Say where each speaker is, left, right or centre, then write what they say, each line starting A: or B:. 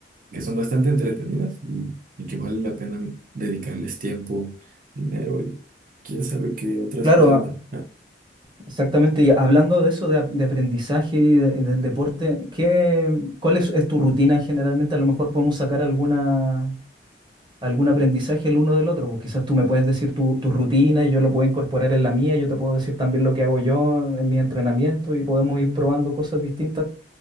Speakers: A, on the right; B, on the right.
A: que son bastante entretenidas y, y que vale la pena dedicarles tiempo, dinero y quién sabe qué otras
B: Claro,
A: cosas van.
B: Exactamente, y hablando de eso, de, ap- de aprendizaje y de- del deporte, ¿qué, cuál es, es tu rutina generalmente? A lo mejor podemos sacar alguna, algún aprendizaje el uno del otro, pues quizás tú me puedes decir tu, tu rutina y yo lo puedo incorporar en la mía, yo te puedo decir también lo que hago yo en mis entrenamientos y podemos ir probando cosas distintas